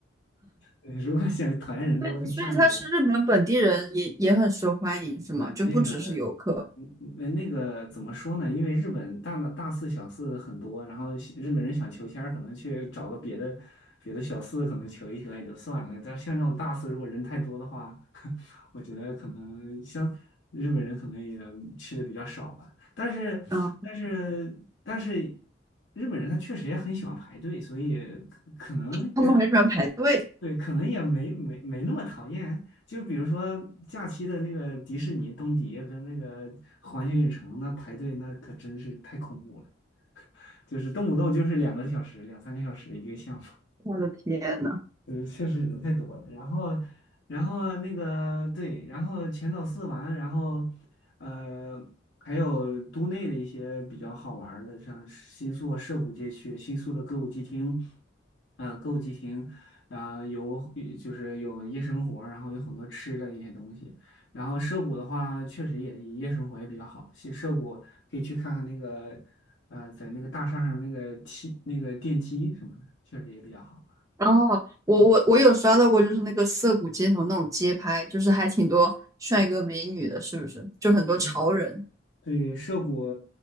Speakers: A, on the left; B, on the right.
A: 如果想讨厌人多，
B: 对，
A: 可以下雨来。
B: 所以他是日本本地人也也很受欢迎，是吗？
A: 啊，
B: 就不只是游客，
A: 那个，嗯嗯，那个怎么说呢？因为日本大大四小四很多，然后西日本人想求签儿可能去找个别的别的小四，可能求一求也就算了。但是像这种大四，如果人太多的话，<laughs> 我觉得可能像日本人可能也去的比较少吧。但是，
B: 嗯，
A: 但是，但是，日本人他确实也很喜欢排队，所以可可能也
B: 他们很喜欢排队。
A: 对，可能也没没没那么讨厌。就比如说假期的那个迪士尼东迪跟那个环球影城，那排队那可真是太恐怖了，就是动不动就是两个小时、两三个小时一个项目。
B: 我的天，
A: 嗯，确实人太多了，然后，然后那个对，然后浅草寺玩，然后，呃，还有都内的一些比较好玩儿的，像新宿涩谷街区、新宿的歌舞伎町，嗯、歌舞伎町啊、有就是有夜生活，然后有很多吃的一些东西。然后涩谷的话，确实也夜生活也比较好。其实涩谷可以去看看那个，呃，在那个大厦上那个梯那个电梯什么的，确实也比较好。
B: 哦，我我我有刷到过，
A: 对
B: 就是那个涩谷街头那种街拍，就是还挺多帅哥美女的，是不是？就很多潮人。
A: 对。对，涉谷，